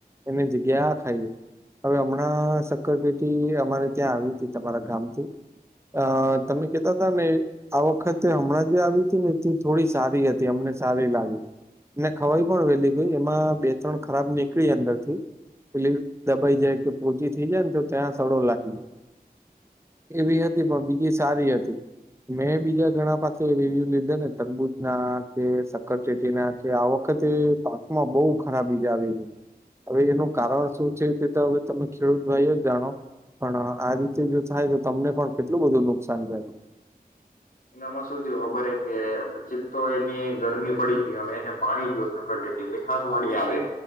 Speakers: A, on the right; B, on the left.
A: એની જગ્યા આ ખાઈએ હવે હમણાં સક્યોરટી અમારે ત્યાં આવીતી તમારા ગામથી અ તમે કેતાતાને આ વખત હમણાં જે આવી હતી ને એથી થોડી સારી હતી અમને સારી લાગી અને ખવાઈ પણ વેલી ગઈ એમાં બે ત્રણ ખરાબ નીકળી અંદર થી પેલી દબાઈ જાય કે પોચી થઈ જાય ને તો ત્યાં સડો લાગી જાય. એવી હતી પણ બીજી સારી હતી. મેં બીજા ઘણા પાસે રિવ્યુ લીધે ને તરબૂતના કે સક્કર ચેટીના કે આ વખતે પાકમાં બહુ ખરાબી આવી હવે એનું કારણ શું છે તે તો હવે તમે ખેડૂત ભાઈ જ જાણો પણ આ રીતે જો થાય તો તમને પણ કેટલું બધું નુકસાન થયું.
B: એનામાં શું થયું ખબર હે કે પછી તો એની ગરમી પડી ગઈ હવે એને પાણી જો સંક મીઠાાસ વાણી આવે